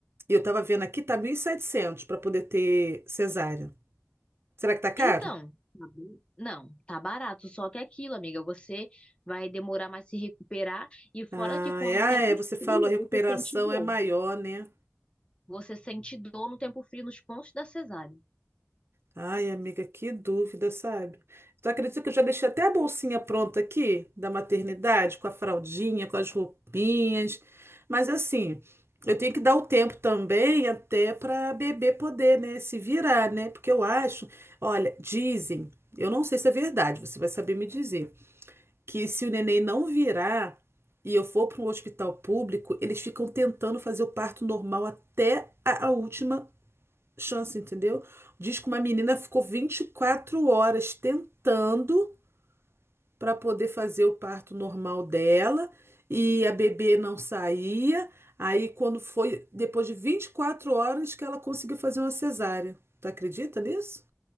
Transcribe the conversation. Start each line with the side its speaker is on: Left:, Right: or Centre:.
Right: E eu tava vendo aqui, tá 1.700 para poder ter cesárea. Será que tá caro?
Left: Então, Tá bom. não, tá barato, só que é aquilo, amiga, você vai demorar mais se recuperar e fora
Right: Ah,
Left: que quando
Right: é,
Left: o
Right: ah,
Left: tempo
Right: é,
Left: esfria,
Right: você falou, a recuperação
Left: você sente dor.
Right: é maior, né?
Left: Você sente dor no tempo frio nos pontos da cesárea.
Right: Ai, amiga, que dúvida, sabe? Tu acredita que eu já deixei até a bolsinha pronta aqui da maternidade, com a fraldinha, com as roupinhas. Mas assim, eu tenho que dar o tempo também até para bebê poder, né, se virar, né? Porque eu acho, olha, dizem, eu não sei se é verdade, você vai saber me dizer, que se o neném não virar e eu for para um hospital público, eles ficam tentando fazer o parto normal até a a última chance, entendeu? Diz que uma menina ficou 24 horas tentando para poder fazer o parto normal dela e a bebê não saía. Aí, quando foi depois de 24 horas que ela conseguiu fazer uma cesárea. Tu acredita nisso?